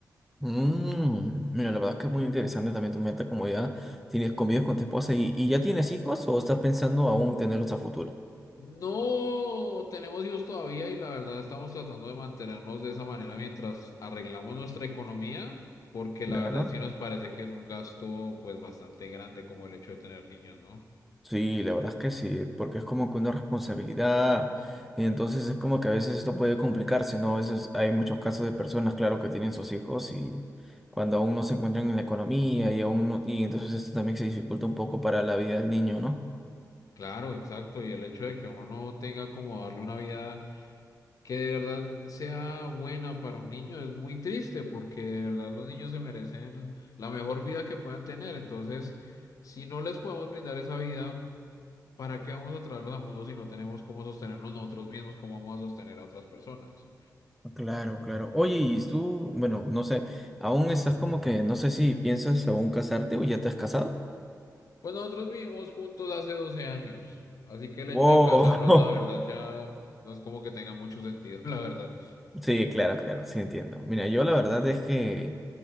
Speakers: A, in the centre; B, on the left (about 60°).
A: Mm, mira, la verdad es que es muy interesante también tu meta, como ya tienes convives con tu esposa y, y ya tienes hijos o estás pensando aún tenerlos a futuro.
B: No tenemos hijos todavía y la verdad estamos tratando de mantenernos de esa manera mientras arreglamos nuestra economía, porque
A: claro
B: la verdad sí nos parece que es un gasto pues bastante grande como el hecho de tener niños, ¿no?
A: Sí, la verdad es que sí, eh, porque es como que una responsabilidad, y entonces es como que a veces esto puede complicarse, ¿no? A veces hay muchos casos de personas, claro, que tienen sus hijos y cuando aún no se encuentran en la economía y aún no, y entonces esto también se dificulta un poco para la vida del niño, ¿no?
B: Claro, exacto, y el hecho de que uno no tenga como darle una vida que de verdad sea buena para un niño es muy triste porque de verdad los niños se merecen la mejor vida que puedan tener, entonces si no les podemos brindar esa vida ¿Para qué vamos a traerlos al mundo si no tenemos cómo sostenernos nosotros mismos? ¿Cómo vamos a sostener a otras personas?
A: Claro, claro. Oye, y tú, bueno, no sé, aún estás como que, no sé si piensas aún casarte o ya te has casado.
B: Pues nosotros vivimos juntos hace 12 años, así que el
A: Wow.
B: hecho de casarnos, la verdad,
A: <laughs>
B: ya no es como que tenga mucho sentido, <laughs> la verdad.
A: Sí, claro, claro, sí entiendo. Mira, yo la verdad es que